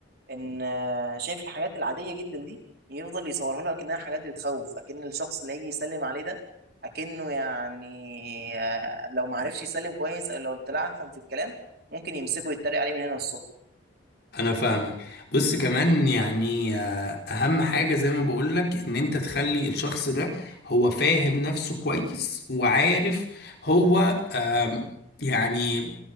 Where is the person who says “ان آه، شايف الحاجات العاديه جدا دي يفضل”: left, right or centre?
Right